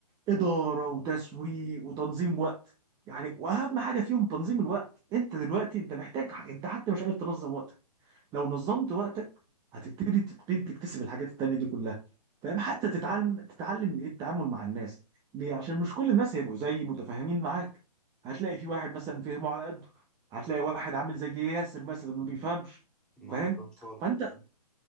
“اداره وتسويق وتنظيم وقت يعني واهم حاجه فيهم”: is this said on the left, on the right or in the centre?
Right